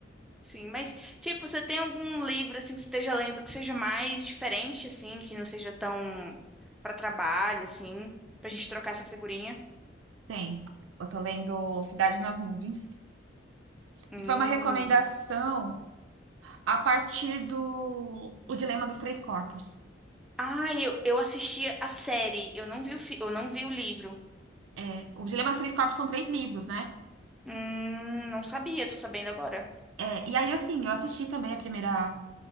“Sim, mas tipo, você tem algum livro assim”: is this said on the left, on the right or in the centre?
Centre